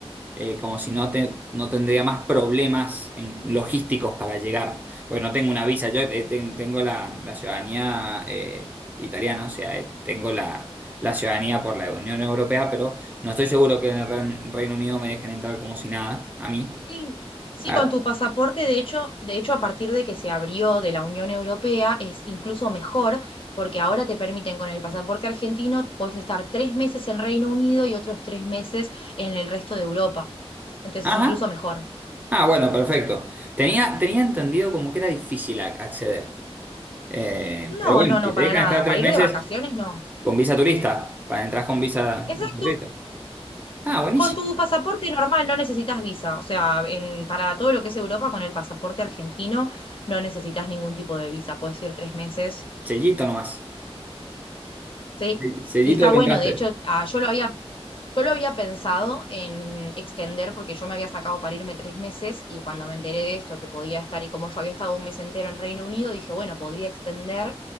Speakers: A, on the right (about 15°); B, on the left (about 55°).
A: eh, como si no, te- no tendría más problemas en- logísticos para llegar, porque no tengo una visa. Yo eh, ten- tengo la, la ciudadanía eh, italiana, o sea, eh, tengo la, la ciudadanía por la Unión Europea, pero no estoy seguro que en el Reun- Reino Unido me dejen entrar como si nada, a mí.
B: Sí, sí,
A: Ah,
B: con tu pasaporte, de hecho, de hecho, a partir de que se abrió de la Unión Europea, es incluso mejor, porque ahora te permiten con el pasaporte argentino, puedes estar tres meses en Reino Unido y otros tres meses en el resto de Europa. Entonces,
A: Ajá,
B: incluso mejor.
A: Ah, bueno, perfecto. Tenía, tenía entendido como que era difícil ac- acceder. Eh,
B: No,
A: pero bueno,
B: no, no,
A: si te
B: para
A: dejan
B: nada.
A: estar tres
B: Para ir
A: meses
B: de vacaciones, no.
A: con visa turista, para entrar con visa,
B: Exacto.
A: visa turista. Ah, buenísimo.
B: Con tu pasaporte normal no necesitas visa. O sea, en, para todo lo que es Europa, con el pasaporte argentino no necesitas ningún tipo de visa. Puedes ir tres meses,
A: Sellito nomás.
B: ¿sí?
A: Sí, Sellito
B: Y está
A: de
B: bueno,
A: que entraste.
B: de hecho, ah, yo lo había Yo lo había pensado en extender porque yo me había sacado para irme tres meses y cuando me enteré de esto, que podía estar y como yo había estado un mes entero en Reino Unido, dije, bueno, podría extender,